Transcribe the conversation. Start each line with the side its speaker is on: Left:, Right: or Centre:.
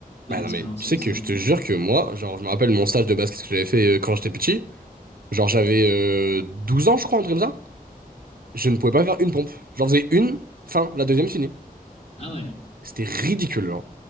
Left: bonne
Right: Bah
Left: expérience
Right: non mais tu
Left: avec
Right: sais
Left: ça,
Right: que je
Left: donc,
Right: te jure
Left: euh.
Right: que moi, genre je me rappelle mon stage de basket que j'avais fait euh, quand j'étais petit. Genre j'avais euh, 12 ans, je crois, un truc comme ça. Je ne pouvais pas faire une pompe. J'en faisais une, fin, la deuxième finie.
Left: Ah ouais.
Right: C'était ridicule, genre.